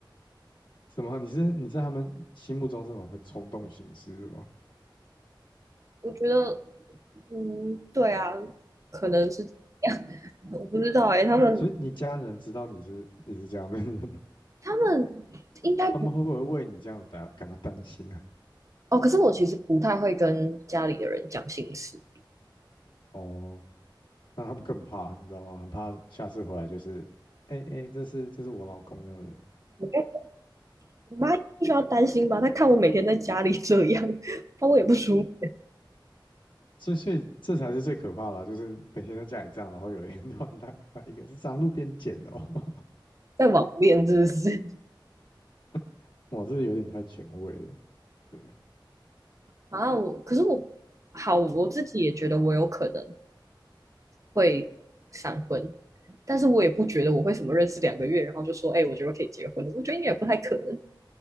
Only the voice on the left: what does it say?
怎么？你是你在他们心目中这种会冲动行事的吗？
所以你家人知道你是你是这样的人吗？
<laughs> 他们会不会为你这样感感到担心呢？
哦，那他们更怕，你知道吗？很怕下次回来就是，哎、哎、这是这是我老公那样子。
所以所以这才是最可怕的啊就是每天在家里这样，然后有一天突然带回来一个是在路边捡的哦，
<laughs> 哇，这有点太前卫了，对，